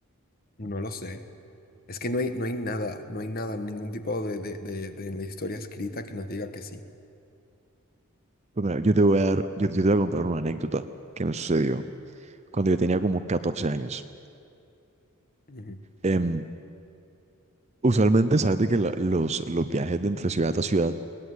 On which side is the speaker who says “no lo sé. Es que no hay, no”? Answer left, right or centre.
Left